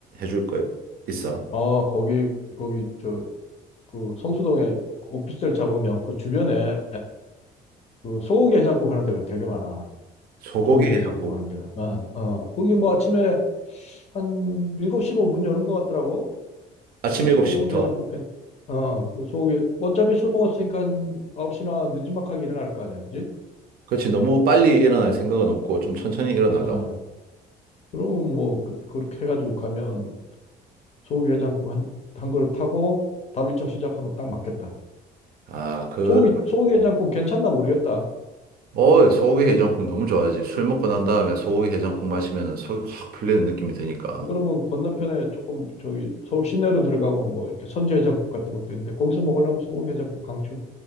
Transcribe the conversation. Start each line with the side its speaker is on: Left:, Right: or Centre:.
Right: 줄 거 있어.
Left: 어, 거기 거기 저 그 성수동에 오피스텔 잡으면 그 주변에 그 소고기 해장국 하는 데가 되게 많아.
Right: 소고기
Left: 소고기
Right: 해장국.
Left: 해장국 하는 데가. 어, 어. 거기 뭐 아침에 한 7시 뭐문 여는 것 같더라고.
Right: 아침
Left: 그래가지고
Right: 7시부터.
Left: 소고기 해장국 괜 어, 그 소고기 어차피 술 먹었으니까 한 9시나 늦지막하게 일어날 거 아니야, 그지?
Right: 그렇지. 너무 빨리 일어날 생각은 없고 좀 천천히 일어나려고.
Left: 어. 그러면 뭐 그, 그렇게 해가지고 가면 소고기 해장국 한, 한 그릇 타고 다음 일정 시작하면 딱 맞겠다.
Right: 아, 그러면
Left: 소고기 소고기 해장국 괜찮나 모르겠다.
Right: 어, 소고기 해장국 너무 좋아하지. 술 먹고 난 다음에
Left: 음.
Right: 소고기 해장국 마시면 속이 확 풀리는
Left: 음.
Right: 느낌이 드니까.
Left: 안 그러면 건너편에 조금 저기 서울 시내로 들어가면 뭐 이렇게 선지 해장국 같은 것도 있는데 거기서 먹으려면 소고기 해장국 강추.